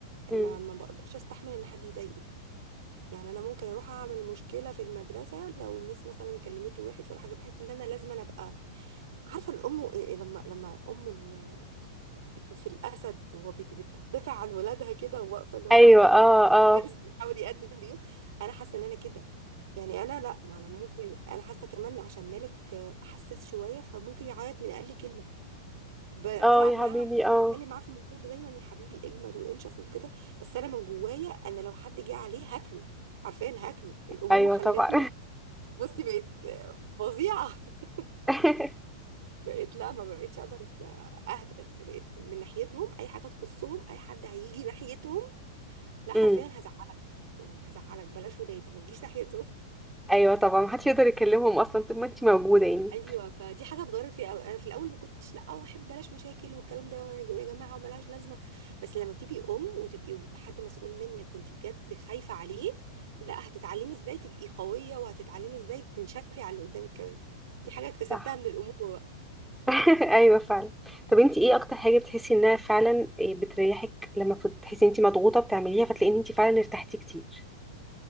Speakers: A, in the centre; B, on the right (about 70°).
A: مم.
B: ما ما بقدرش استحمل ان حد يضايقه يعني انا ممكن اروح اعمل مشكله في المدرسه لو ميس مثلا كلمته وحش ولا حاجه بحس ان انا لازم أنا ابقى عارفه الام إيه إيه، لما لما ام ال... في, في الاسد وهو بيت- بتدافع عن ولادها كده وواقفه اللي هو
A: ايوه
B: هتاكل
A: اه
B: <laughs>
A: اه
B: بارس بيحاول يقدم ليهم انا حاسه ان انا كده يعني انا لا ما انا ممكن انا حاسه كمان عشان مالك آه، حساس شويه فممكن يعيط من اقل كلمه ب-
A: اه
B: بلعب
A: يا
B: معاه
A: حبيبي اه
B: بتكلم معاه في الموضوع ده دايما يا حبيبي اجمد وانشف وكده بس انا من جوايا انا لو حد جه عليه هاكله حرفيا هاكله الامومه
A: ايوه
B: خلتني
A: طبعا
B: بصي بقيت آه، فظيعه <laughs>
A: <laughs>
B: بقيت لا ما بقيتش اقدر أس- اهدى بقيت من ناحيتهم اي حاجه تخصهم اي حد هيجي ناحيتهم لا حرفيا
A: مم.
B: هزعلك يعني هزعلك بلاش ولادي ما تجيش ناحيتهم
A: ايوه طبعا محدش يقدر يكلمهم اصلا طول ما انت موجوده يعني
B: ايوه فدي حاجه اتغيرت فيها قوي انا في الاول ما كنتش لا ما احب بلاش مشاكل والكلام ده يا جماعه وملهاش لازمه بس لما تبقي ام وتبقي حد مسؤول منك وانت بجد خايفه عليه لا هتتعلمي ازاي تبقي قويه وهتتعلمي ازاي تنشفي على اللي قدامك كمان دي حاجه اكتسبتها
A: صح
B: من الامومه بقى
A: <laughs> ايوه فعلا طب انت ايه اكتر حاجه بتحسي انها فعلا إيه بتريحك لما بتحسي انت مضغوطه بتعمليها فتلاقي ان انت فعلا ارتحتي كتير